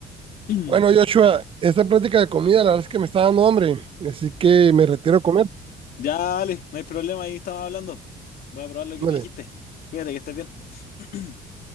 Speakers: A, on the left; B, on the right.
A: <clears throat>
B: Bueno, Joshua, esta plática de comida la verdad es que me está dando hambre, así que me retiro a comer,
A: Ya, dale. No hay problema. Ahí estamos hablando. Voy a probar lo que
B: vale
A: me dijiste. Cuídate, que estés bien. <clears throat>